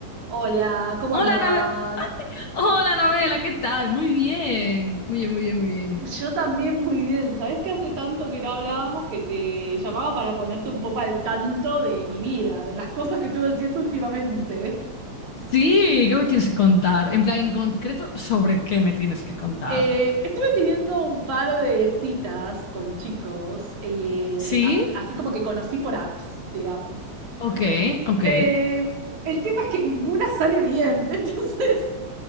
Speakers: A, on the right; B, on the left.
A: Hola, ¿cómo
B: Hola,
A: andás?
B: Nave- Hola, Anabela, ¿qué tal? Muy bien, muy bien, muy bien, muy bien.
A: Yo también muy bien. ¿Sabés que hace tanto que no hablábamos que te llamaba para ponerte un poco al tanto de mi vida, de las cosas que estuve haciendo últimamente? <laughs>
B: Sí, ¿qué me tienes que contar? En plan, en concreto, ¿sobre qué me tienes que contar?
A: Eh, estuve teniendo un par de citas con chicos, eh,
B: Sí,
A: as- así como que conocí por apps, digamos.
B: ok, ok.
A: Eh, el tema es que ninguna sale bien, <laughs> entonces